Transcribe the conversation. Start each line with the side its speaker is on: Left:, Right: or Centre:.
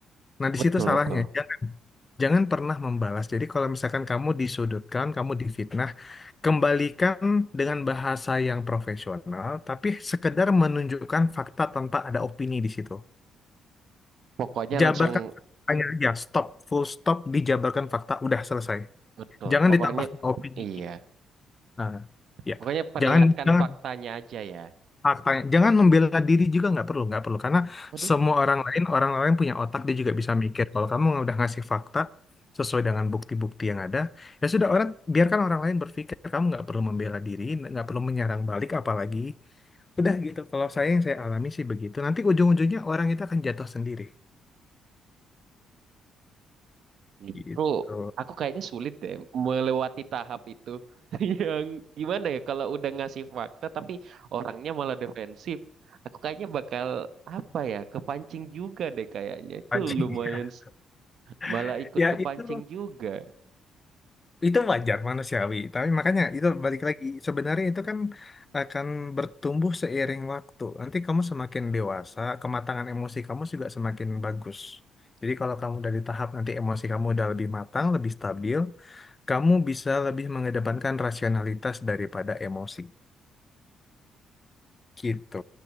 Left: Nah,
Right: betul,
Left: di situ salahnya.
Right: betul.
Left: Jangan Jangan pernah membalas. Jadi kalau misalkan kamu disudutkan, kamu difitnah, Kembalikan dengan bahasa yang profesional, tapi sekedar menunjukkan fakta tanpa ada opini di situ.
Right: Pokoknya
Left: Jabarkan
Right: langsung,
Left: faktanya aja, stop, full stop, dijabarkan fakta, udah selesai.
Right: betul.
Left: Jangan
Right: Pokoknya,
Left: ditambahkan opini.
Right: iya.
Left: Nah, ya,
Right: Pokoknya perlihatkan
Left: jangan jangan
Right: faktanya aja ya.
Left: faktanya, jangan membela diri juga nggak perlu, nggak perlu karena
Right: Waduh,
Left: semua orang lain orang lain punya otak dia juga bisa mikir. Kalau kamu udah ngasih fakta sesuai dengan bukti-bukti yang ada, ya sudah orang biarkan orang lain berpikir. Kamu nggak perlu membela diri, nggak perlu menyerang balik apalagi. Udah gitu. Kalau saya yang saya alami sih begitu. Nanti ujung-ujungnya orang itu akan jatuh sendiri.
Right: Justru
Left: Gitu.
Right: aku kayaknya sulit deh melewati tahap itu. <laughs> Yang gimana ya kalau udah ngasih fakta tapi orangnya malah defensif. Aku kayaknya bakal apa ya kepancing juga deh kayaknya. Itu
Left: Pancingnya.
Right: lumayan s- malah
Left: <laughs>
Right: ikut
Left: Ya
Right: kepancing
Left: itu
Right: juga.
Left: itu wajar manusiawi. Tapi makanya itu balik lagi. Sebenarnya itu kan akan bertumbuh seiring waktu. Nanti kamu semakin dewasa, kematangan emosi kamu juga semakin bagus. Jadi kalau kamu dari tahap nanti emosi kamu udah lebih matang, lebih stabil, kamu bisa lebih mengedepankan rasionalitas daripada emosi. gitu.